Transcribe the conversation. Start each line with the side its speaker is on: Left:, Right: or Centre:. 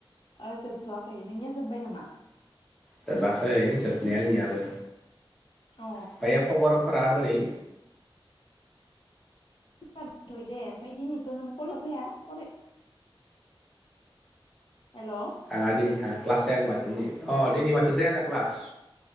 Left: ओ जोबथ'वाखै नोंनिया जोब्बाय नामा
Centre: जोबाखै जोबनाया आंनियाबो
Left: अ
Centre: फ्रायो खबरफोरा बोरै?
Left: फैथ'आखै दे ओमफ्राय दिनैथ' नों कलाव फैया फराय हेल'
Centre: थाङा दिनै थाङा क्लास जाया माथो दिनै अ दिनै माथो जायानो क्लास।